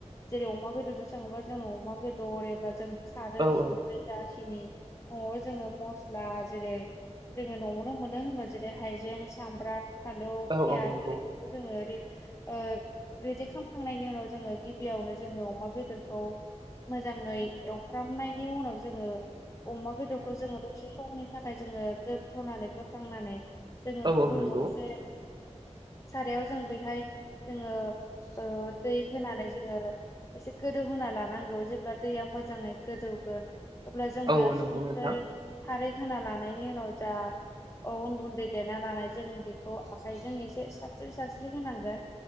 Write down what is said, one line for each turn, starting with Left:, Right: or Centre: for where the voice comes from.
Left: जेरै अमा बेदरजों सङोबा जोङो अमा बेदर एबा जों खारै
Right: औ
Left: संख्रि
Right: औ
Left: जाखिनि न'आव जोङो मस्ला जेरै जोङो न'आवनो मोनो होनबा जेरै हाइजें सामब्राम फलौ
Right: औ
Left: पियास
Right: औ नंगौ
Left: बेफोरखौ जोङो ओरै ओ रेदि खालामखांनायनि उनाव जोङो गिबियावनो जोङो अमा बेदरखौ मोजाङै एवफ्रामनायनि उनाव जोङो अमा बेदरखौ जोङो दसे समनि थाखाय जोङो दोन्थ'नानै बोखांनानै जोङो
Right: औ
Left: गुबुन
Right: औ नंगौ
Left: गंसे सारायाव जों बहाय जोङो ओ दै होनानै जोङो एसे गोदौहा लानांगौ जेब्ला दैया मोजाङै गोदौगोन अब्ला जों
Right: औ
Left: बेयाव
Right: औ
Left: संख्रै
Right: नंगौ नोंथां
Left: खारै होना लानायनि उनाव जा उन गुन्दै देना लानाय जों बेखौ आखाइजों एसे सस्रि सास्रि होनांगोन